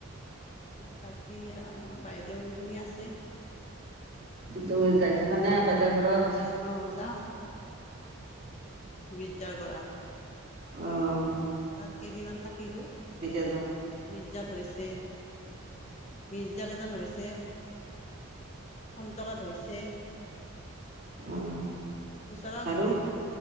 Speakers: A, on the left (about 30°); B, on the right (about 45°).
A: বাকী, আহ বাইদেউ এজনী আছে।
B: তুমি যাই থাকা নে বাইদেউৰ ঘৰত?
A: অ যাওঁ বিজদাৰ পৰা।
B: আহ।
A: তাত কেইদিনমান থাকিলো
B: এজন?
A: মিৰ্জাদ হৈছে, মিৰ্জাদ এজন হৈছে। <unintelligible> হৈছে
B: উম।
A: ওচৰা ওচৰি
B: আৰু